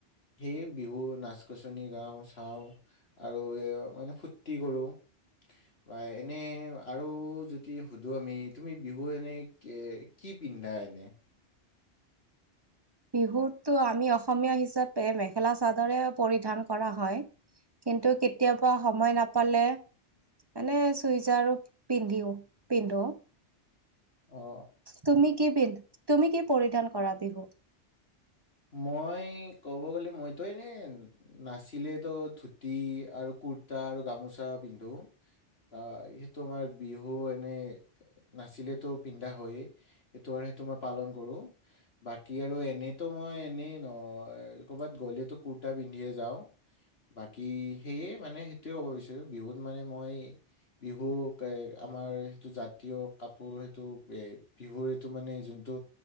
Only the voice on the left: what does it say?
সেই বিহু নাচ-গছনি গাওঁ চাওঁ আৰু এও মানে ফূৰ্তি কৰোঁ বা এনে আৰু যদি সুধোঁ আমি, তুমি বিহু এনেই কে, কি পিন্ধা এনে?
অ
মই ক'ব গ'লে মইতো এনে নাছিলে তো ধুতি আৰু কুৰ্তা আৰু গামোচা পিন্ধো, আ, সেইটো আমাৰ বিহু এনে নাছিলে তো পিন্ধা হয়য়েই, সেইটো কাৰণে সেইটো মই পালন কৰো, বাকী আৰু এনে টো মই এনেই ন ক'বাত গ'লেটো কুুৰ্তা পিন্ধিয়েই যাও, বাকী সেইয়ে মানে সেইটোয়ে ক'ব বিচাৰো বিহুত মানে মই, বিহু আমাৰ সেইটো জাতীয় কাপোৰ সেইটো এ বিহুৰ এইটো মানে যোনটো